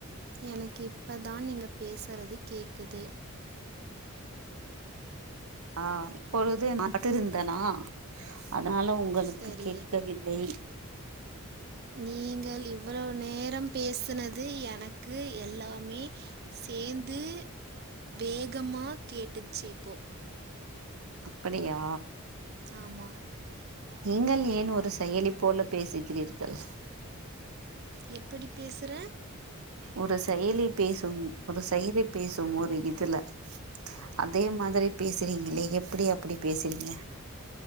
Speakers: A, on the right (about 45°); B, on the right (about 80°).
A: எனக்கு இப்ப தான் நீங்க பேசறது கேக்குது
B: ஆ இப்பொழுது நடத்திருந்தனா அதனால உங்களுக்கு
A: சரி
B: கேக்கவில்லை
A: நீங்கள் இவ்வளவு நேரம் பேசனது எனக்கு எல்லாமே சேந்து வேகமாக கேட்டுச்சி இப்போ
B: அப்படியா
A: ஆமா
B: நீங்கள் ஏன் ஒரு செயலி போல பேசுகிறீர்கள்
A: எப்படி பேசற
B: ஒரு செயலி பேசும் ஒரு செயலி பேசும் ஒரு இதுல அதே மாதிரி பேசுறீங்களே எப்டி அப்டி பேசுறீங்க